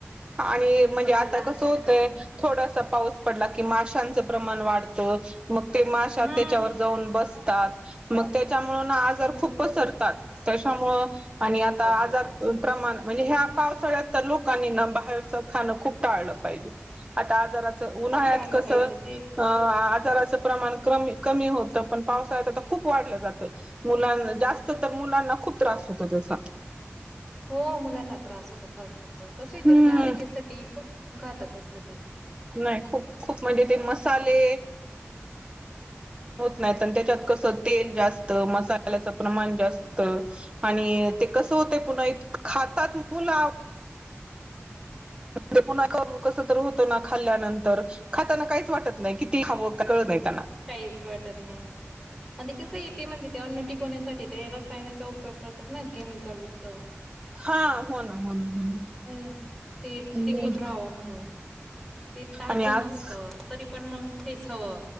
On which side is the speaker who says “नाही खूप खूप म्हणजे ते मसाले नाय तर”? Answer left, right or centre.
Right